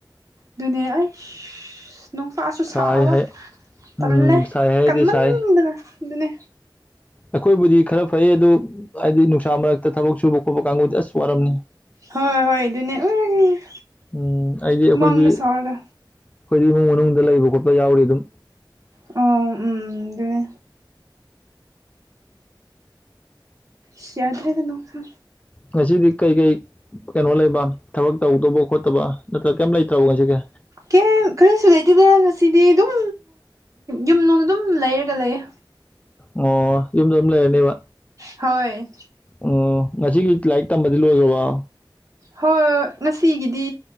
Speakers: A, on the right (about 40°); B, on the left (about 15°).
A: ꯗꯨꯅꯤ ꯑꯩꯁ ꯅꯨꯡꯁꯥꯁꯨ
B: ꯁꯥꯏ
A: ꯁꯥꯕ
B: ꯍꯥꯏ
A: ꯇꯜꯂꯦ
B: ꯎꯝ ꯁꯥꯏ ꯍꯥꯏꯗꯤ
A: ꯀꯟꯃꯟꯗꯅ
B: ꯁꯥꯏ
A: ꯑꯗꯨꯅꯦ
B: ꯑꯩꯈꯣꯏꯕꯨꯗꯤ ꯈꯔ ꯐꯩ ꯑꯗꯨ ꯍꯥꯏꯗꯤ ꯅꯨꯡꯁꯥ ꯃꯔꯛꯇ ꯊꯕꯛ ꯁꯨꯕ ꯈꯣꯠꯄ ꯀꯥꯡꯕꯨꯗꯤ ꯑꯁ ꯋꯥꯔꯝꯅꯤ
A: ꯍꯣꯏ ꯍꯣꯏ ꯑꯗꯨꯅꯦ ꯎꯪ
B: ꯎꯝ ꯑꯩꯗꯤ
A: ꯍꯨꯃꯥꯡꯒ
B: ꯑꯩꯈꯣꯏꯗꯤ
A: ꯁꯧꯔꯒ
B: ꯑꯩꯈꯣꯏꯗꯤ ꯏꯃꯨꯡ ꯃꯅꯨꯡꯗ ꯂꯩꯕ ꯈꯣꯠꯄ ꯌꯥꯎꯔꯤ ꯑꯗꯨꯝ
A: ꯑꯣ ꯎꯝ ꯑꯗꯨꯅꯦ ꯁꯤ ꯌꯥꯗꯔꯦꯗ ꯅꯣꯡꯊ
B: ꯉꯁꯤꯗꯤ ꯀꯩ ꯀꯩ ꯀꯩꯅꯣ ꯂꯩꯕ ꯊꯕꯛ ꯇꯧꯗꯧꯕ ꯈꯣꯠꯇꯕ ꯅꯠꯇ꯭ꯔꯒ ꯀꯩꯝ ꯂꯩꯇ꯭ꯔꯕ ꯉꯁꯤꯒꯦ
A: ꯀꯦ ꯀꯔꯤꯁꯨ ꯂꯩꯇꯦꯗꯅ ꯉꯁꯤꯗꯤ ꯑꯗꯨꯝ ꯌꯨꯝꯅꯨꯡꯗ ꯑꯗꯨꯝ ꯂꯩꯔꯒ ꯂꯩꯌꯦ
B: ꯑꯣ ꯌꯨꯝꯗ ꯑꯗꯨꯝ ꯂꯩꯔꯅꯦꯕ
A: ꯍꯣꯏ
B: ꯎꯝ ꯉꯁꯤꯒꯤ ꯂꯥꯏꯔꯤꯛ ꯇꯝꯕꯗꯤ ꯂꯣꯏꯈ꯭ꯔꯕꯣ
A: ꯍꯣꯏ ꯉꯁꯤꯒꯤꯗꯤ